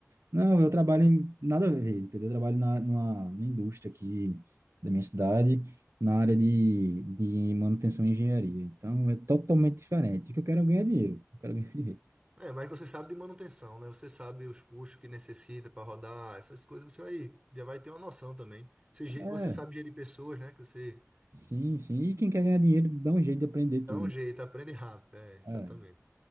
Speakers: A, on the right; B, on the right.
A: Não, eu trabalho em nada a ver, entendeu? Eu trabalho na, numa, numa indústria aqui da minha cidade, na área de, de manutenção e engenharia. Então, é totalmente diferente. O que eu quero é ganhar dinheiro. Eu quero ganhar <laughs> dinheiro.
B: É, mas você sabe de manutenção, né? Você sabe os custos que necessita para rodar, essas coisas, você vai, já vai ter uma noção também. Você, ge-
A: É,
B: você sabe gerir pessoas, né? Que você
A: sim, sim. E quem quer ganhar dinheiro, dá um jeito de aprender tudo.
B: dá um jeito, aprende rápido. É, exatamente.
A: É,